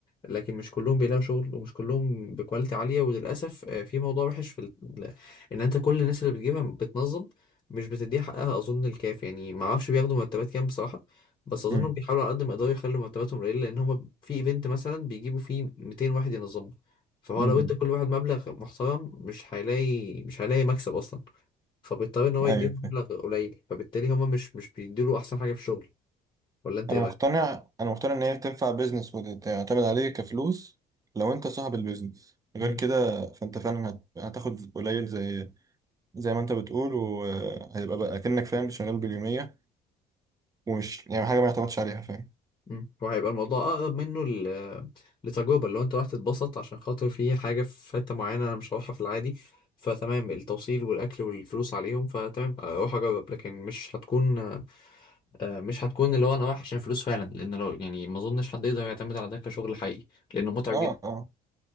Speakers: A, on the left; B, on the right.
A: لكن مش كلهم بيلاقوا شغل ومش كلهم بكواليتي عاليه وللاسف آه، في موضوع وحش في ال... ال- ان انت كل الناس اللي بتجيبها بتنظم مش بتديها حقها اظن الكاف يعني ما اعرفش بياخدوا مرتبات كام بصراحه بس اظنهم
B: مم.
A: بيحاولوا على قد ما يقدروا يخلوا مرتباتهم قليله لان هم في ايفنت مثلا بيجيبوا فيه 200 واحد ينظموا فهو
B: مم.
A: لو ادى كل واحد مبلغ محترم مش هيلاقي مش هيلاقي مكسب اصلا فبيضطر ان هو يديهم
B: ايوه
A: مبلغ قليل فبالتالي هما مش مش بيديله احسن حاجه في الشغل ولا انت
B: انا
A: ايه
B: مقتنع
A: رايك
B: انا مقتنع ان هي تنفع بيزنس وتعتمد عليه كفلوس لو انت صاحب البيزنس غير
A: امم
B: كده فانت فعلا هت- هتاخد قليل زي زي ما انت بتقول وهيبقى بقى كأنك فاهم شغال باليومية ومش يعني حاجة ما يعتمدش عليها فاهم
A: امم وهيبقى الموضوع اقرب منه ل- لتجربه اللي هو انت راح تتبسط عشان خاطر في حاجه في حته معينه انا مش هروحها في العادي فتمام التوصيل والاكل والفلوس عليهم فتمام اروح اجرب لكن مش هتكون آه، مش هتكون اللي هو انا رايح عشان فلوس فعلا لان لو يعني ما اظنش حد يقدر يعتمد على ده كشغل حقيقي لانه متعب
B: اه
A: جدا
B: اه